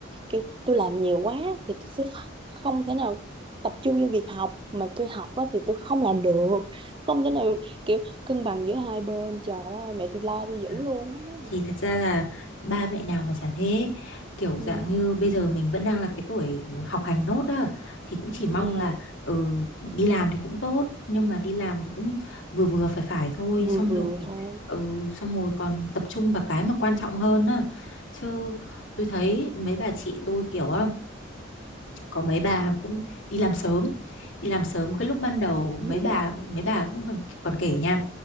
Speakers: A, on the right (about 25°); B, on the left (about 70°).
A: kiểu tôi làm nhiều quá thì tôi sẽ không thể nào tập trung vô việc học mà tôi học á thì tôi không làm được không thể nào kiểu cân bằng giữa hai bên trời ơi mẹ tôi la tôi dữ
B: À,
A: luôn á.
B: thì thật ra là ba mẹ nào mà chả thế kiểu
A: ừ.
B: dạng như bây giờ mình vẫn đang là cái tuổi học hành nốt á thì cũng chỉ mong
A: Ừ.
B: là ừ, đi làm thì cũng tốt nhưng mà đi làm thì cũng vừa vừa phải phải thôi
A: vừa
B: xong
A: vừa
B: rồi
A: thôi
B: ừ, xong rồi còn tập trung vào cái mà quan trọng hơn á chứ tôi thấy mấy bà chị tôi kiểu á có mấy bà cũng đi làm sớm đi làm sớm cái lúc ban đầu
A: ừ.
B: mấy bà
A: Ừ.
B: mấy bà cũng còn còn kể nha